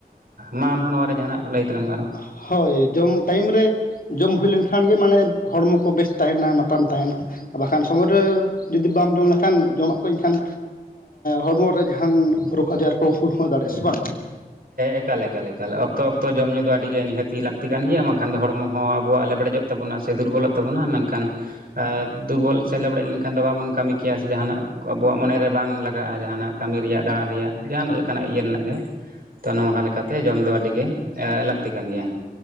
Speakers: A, on the right (about 65°); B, on the left (about 65°).
A: ᱢᱟ ᱟᱢᱦᱚᱸ ᱱᱚᱣᱟ ᱨᱮ ᱡᱟᱦᱟᱱᱟᱜ ᱞᱟᱹᱭ ᱛᱟᱞᱟᱝ ᱢᱮ ᱟᱨᱚ
B: ᱦᱳᱭ ᱡᱚᱢ ᱴᱟᱭᱤᱢ ᱨᱮ ᱡᱚᱢ ᱦᱩᱭ ᱞᱮᱱᱠᱷᱟᱱ ᱜᱮ ᱢᱟᱱᱮ ᱦᱚᱲᱢᱚ ᱠᱚ ᱵᱮᱥ ᱛᱟᱦᱮᱱᱟ ᱱᱟᱯᱟᱢ ᱛᱟᱦᱮᱱᱟ ᱵᱟᱠᱷᱟᱱ ᱥᱚᱢᱚᱭ ᱨᱮ ᱡᱩᱫᱤ ᱵᱟᱢ ᱡᱚᱢ ᱞᱮᱠᱷᱟᱱ ᱡᱚᱢᱟᱜ ᱠᱚ ᱮᱠᱷᱟᱱ ᱦᱚᱲᱢᱚ ᱨᱮ ᱡᱟᱦᱟᱱ ᱨᱳᱜᱽ ᱟᱡᱟᱨ ᱠᱚ ᱦᱩᱭ ᱫᱟᱲᱮᱭᱟᱜᱼᱟ ᱥᱮ ᱵᱟᱝ
A: ᱮᱠᱟᱞᱮ ᱮᱠᱟᱞᱮ ᱮᱠᱟᱞᱮ ᱚᱠᱛᱚ ᱚᱠᱛᱚ ᱡᱚᱢ ᱧᱩ ᱫᱚ ᱟᱹᱰᱤ ᱜᱮ ᱱᱤᱦᱟᱹᱛᱤ ᱞᱟᱹᱠᱛᱤ ᱠᱟᱱ ᱜᱮᱭᱟ ᱵᱟᱝᱠᱷᱟᱱ ᱫᱚ ᱦᱚᱲᱢᱚ ᱦᱚᱸ ᱟᱵᱚᱣᱟᱜ ᱞᱮᱵᱲᱮᱡᱚᱜ ᱛᱟᱵᱚᱱᱟ ᱥᱮ ᱫᱩᱨᱵᱚᱞᱚᱜ ᱛᱟᱵᱚᱱᱟ ᱢᱮᱱᱠᱷᱟᱱ ᱫᱩᱨᱵᱚᱞ ᱥᱮ ᱞᱮᱫᱵᱲᱮᱡ ᱞᱮᱱᱠᱷᱟᱱ ᱫᱚ ᱵᱟᱵᱚᱱ ᱠᱟᱹᱢᱤ ᱠᱮᱭᱟ ᱥᱮ ᱡᱟᱦᱟᱱᱟᱜ ᱟᱵᱚᱣᱟᱜ ᱢᱚᱱᱮᱨᱮ ᱵᱟᱝ ᱞᱟᱜᱟᱜᱼᱟ ᱡᱟᱦᱟᱱᱟᱜ ᱠᱟᱹᱢᱤ ᱨᱮᱭᱟᱜ ᱫᱟᱲᱟᱱ ᱨᱮᱭᱟᱜ ᱡᱟᱦᱟᱱᱟᱜ ᱞᱮᱠᱟᱱᱟᱜ ᱤᱭᱟᱹ ᱨᱮᱱᱟᱜ ᱜᱮ ᱛᱚ ᱱᱚᱣᱠᱟ ᱞᱮᱠᱟᱛᱮ ᱡᱚᱢ ᱫᱚ ᱟᱹᱰᱤᱜᱮ ᱞᱟᱹᱠᱛᱤ ᱠᱟᱱ ᱜᱮᱭᱟ